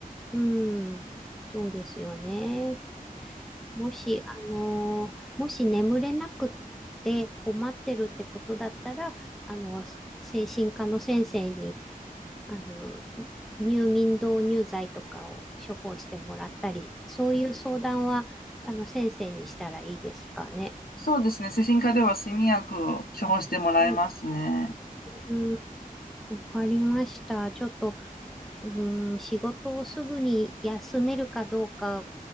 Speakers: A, in the centre; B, on the left.
A: うん、そうですよね。もし、あのーもし眠れなくって困ってるってことだったら、あの、精神科の先生に、あの、入眠導入剤とかを処方してもらったり、そういう相談は、あの、先生にしたらいいですかね。
B: そうですね、精神科では睡眠薬を処方してもらえますね。
A: うん、うん、わかりました。ちょっと、うーん、仕事をすぐに休めるかどうか